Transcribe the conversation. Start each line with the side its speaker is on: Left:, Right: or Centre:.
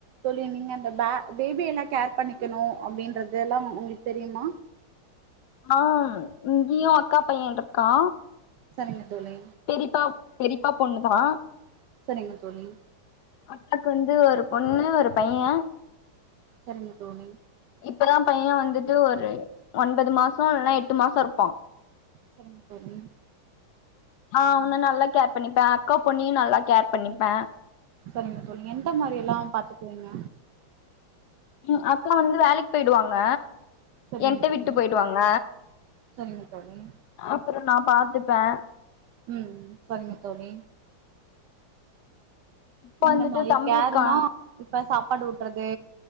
Right: தோழி நீங்க அந்த பே பேபி எல்லா கேர் பண்ணிக்கனு அப்டின்றது எல்லா உங்களுக்கு தெரியுமா
Left: ஆ இங்கயு அக்கா பையன்ருக்கா
Right: சரிங்க தோழி
Left: பெரிப்பா பெரிப்பா பொண்ணு தா
Right: சரிங்க தோழி
Left: அக்காக்கு வந்து ஒரு பொண்ணு ஒரு பைய
Right: சரிங்க தோழி
Left: இப்பதா பைய வந்துட்டு ஒரு ஒன்பது மாசோ இல்லனா எட்டு மாசோ இருப்பா
Right: சரிங்க தோழி
Left: அ அவன நல்லா கேர் பண்ணிப்ப அக்கா பொண்ணையு நல்லா கேர் பண்ணிப்ப
Right: சரிங்க தோழி என்ட மாரி எல்லா பாத்துக்குவீங்க
Left: ம் அக்கா வந்து வேலைக்கு போயிடுவாங்க
Right: சரிங்க
Left: என்ட்ட விட்டு
Right: தோழி
Left: போயிடுவாங்க
Right: சரிங்க தோழி
Left: அப்பறோ நா பாத்துப்ப
Right: ம் சரிங்க தோழி
Left: இப்ப
Right: எந்த
Left: வந்துட்டு
Right: மாரி
Left: தம்பி
Right: கேருனா
Left: இருக்கா
Right: இப்ப சாப்பாடு ஊட்றது